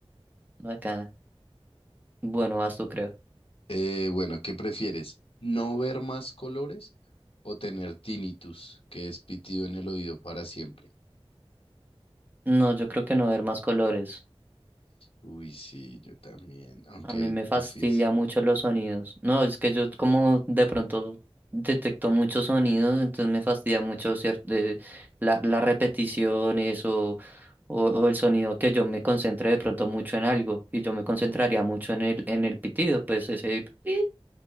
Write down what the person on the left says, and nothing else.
Eh, bueno, ¿qué prefieres? ¿No ver más colores o tener tinnitus, que es pitido en el oído para siempre?
Uy, sí, yo también, aunque
difícil.